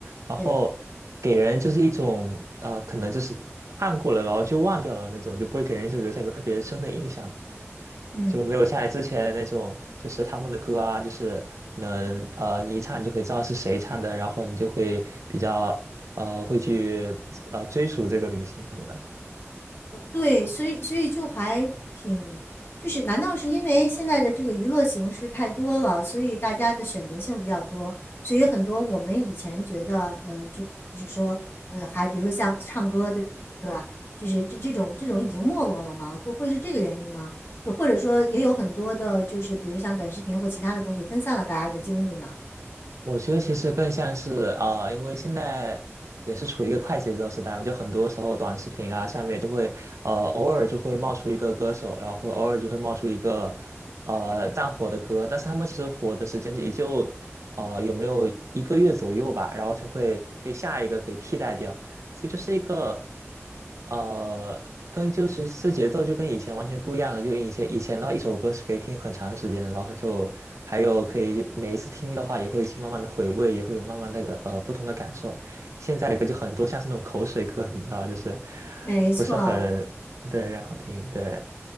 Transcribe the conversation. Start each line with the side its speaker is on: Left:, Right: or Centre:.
Right: 然后给人就是一种呃，
Left: 对，
Right: 可能就是看过了，然后就忘掉了那种，就不会给人一直留下一个特别深的印象，
Left: 嗯。
Right: 就没有像之前那种，就是他们的歌啊，就是能呃，你一唱你就可以知道是谁唱的，然后你就会比较呃，会去呃追溯这个明星什么的。
Left: 对，所以所以就还挺，就是难道是因为现在的这个娱乐形式太多了，所以大家的选择性比较多，所以很多我们以前觉得，呃，就是说，呃，还比如说像唱歌，对对吧？就是这这种这种已经没落了吗？会会是这个原因吗？就或者说也有很多的，就是比如像短视频或其他的东西分散了大家的精力呢？
Right: 我觉得其实更像是啊、呃因为现在也是处于一个快节奏时代嘛，就很多时候短视频啊上面就会呃偶尔就会冒出一个歌手，然后偶尔就会冒出一个呃战火的歌，但是他们其实火的时间也就呃有没有一个月左右吧，然后就会被下一个给替代掉。
Left: 对
Right: 所以就是一个
Left: 对，
Right: 呃，跟就是这节奏就跟以前完全不一样了。就以前以前的话，一首歌是可以听很长时间，然后就还有可以每一次听的话，也会去慢慢的回味，也会有慢慢那个呃不同的感受。现在的歌就很多像是那种口水歌，你知道，就是
Left: 没错，
Right: 不是很对，然后听对